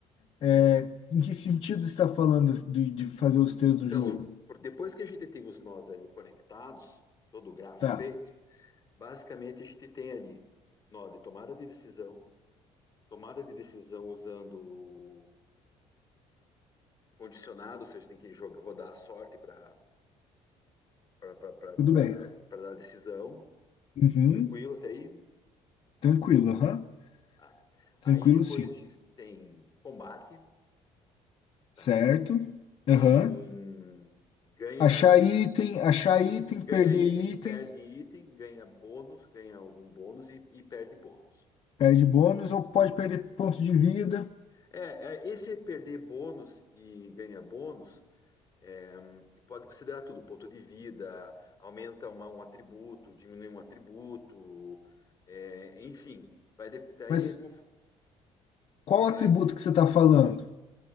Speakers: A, on the left; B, on the left.
A: É, em que sentido você está falando de, de fazer os textos do
B: Transfo-
A: jogo?
B: por- Depois que a gente tem os nós ali conectados, todo o grafo
A: Tá,
B: feito, basicamente a gente tem ali nó de tomada de decisão, tomada de decisão usando condicionado, ou seja, tem que jogar, rodar a sorte para para
A: tudo bem.
B: dar decisão.
A: Uhum.
B: Tranquilo até aí?
A: Tranquilo, aham.
B: Tá.
A: Tranquilo,
B: Aí depois
A: sim.
B: disso tem combate, tá?
A: Certo? Aham.
B: Tem ganha
A: Achar item, achar item,
B: ganha
A: perder
B: item,
A: item,
B: perde item, ganha bônus, ganha algum bônus e, e perde bônus.
A: perde bônus ou pode perder ponto de vida,
B: É, é, esse perder bônus e ganhar bônus é, pode considerar tudo, ponto de vida, aumenta uma- um atributo, diminui um atributo, é, enfim, vai de- daí
A: mas
B: é, conf-
A: Qual
B: é-
A: atributo
B: é,
A: que você está falando?